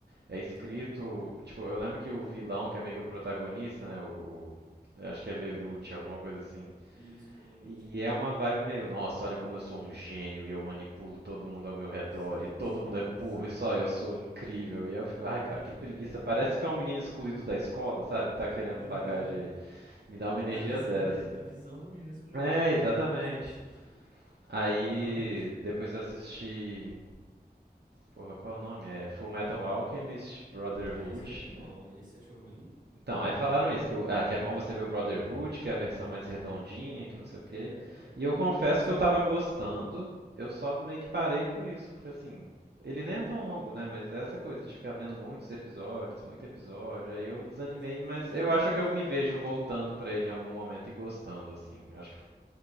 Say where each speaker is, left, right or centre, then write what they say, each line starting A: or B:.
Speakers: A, on the right; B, on the right.
A: É escrito,
B: ah, pode crer.
A: tipo, eu lembro que o vilão, que é meio que o protagonista, né, o, o- eu acho que é Lelouch,
B: Aham.
A: alguma coisa assim.
B: Isso, Leolute.
A: E é uma vibe meio, nossa, olha como eu sou um gênio e eu manipulo todo mundo ao meu redor
B: Sim,
A: e todo
B: sim,
A: mundo é burro
B: sim.
A: e só eu sou incrível. E eu fico, ai, cara,
B: Sim,
A: que preguiça.
B: é.
A: Parece que é um menino excluído da escola, sabe? Tá querendo
B: Aham.
A: pagar de. Me dá uma
B: Na
A: energia
B: visão
A: dez
B: dele, na visão do menino excluído,
A: É,
B: né? De
A: exatamente.
B: como ele gostaria de se sentir, né?
A: Aí
B: Não, realmente.
A: depois eu assisti. Porra, qual é o nome? É Full Metal Alchemist Brotherhood.
B: Ah, esse é muito bom. Esse você achou ruim?
A: Então, aí falaram isso, que, o- ah, que é bom você ver o Brotherhood, que é a versão mais redondinha, que não sei o quê.
B: É, é bom,
A: E eu confesso
B: é bom, isso
A: que eu
B: é bem
A: tava
B: bom.
A: gostando, eu só meio
B: Hum.
A: que parei por isso, porque assim, ele nem é tão longo, né? Mas é essa coisa de ficar vendo muitos episódios, muito episódio, aí eu desanimei,
B: Mas é, mas
A: mas
B: é,
A: eu acho
B: mas
A: que eu
B: isso
A: me
B: é bom.
A: vejo voltando pra ele em algum momento e gostando, assim. Acho que